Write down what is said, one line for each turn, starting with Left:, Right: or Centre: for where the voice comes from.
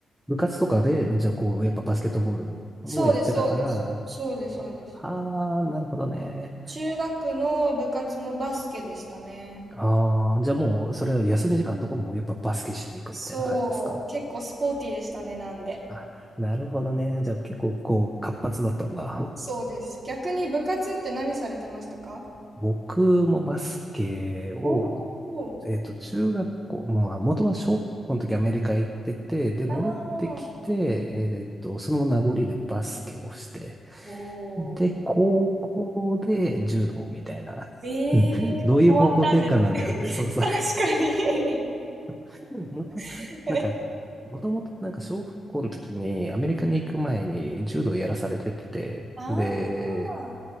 Centre: 部活とかで、じゃあこう、やっぱバスケットボールもやってたから、
Right: そうです、そうです。そうです、そうです。
Centre: ああー、なるほどね。
Right: 中学の部活もバスケでしたね。
Centre: ああ、じゃあもう、それは休み時間とかもやっぱバスケしに行くみたいな感じですか
Right: そう、結構スポーティーでしたね、なんで。
Centre: あ、なるほどね。じゃあ結構こう活発だったんだ。
Right: そうです。逆に部活って何されてましたか
Centre: 僕もバスケを、
Right: おおー、
Centre: えっと、中学校、まあ、もともと小学校の時アメリカ行ってて、で、戻ってきて、
Right: ああ、
Centre: えっと、その名残でバスケをして、
Right: おおー。
Centre: で、高校で柔道みたいな。
Right: ええ、
Centre: うんどういう方向転換なんだよって、
Right: 変わったんですね。
Centre: そうそう。
Right: <laughs> 確かに。
Centre: <laughs> もと、
Right: <laughs>
Centre: なんか、もともとなんか小学校の時にアメリカに行く前に柔道やらされてて、
Right: あ
Centre: で、
Right: あ、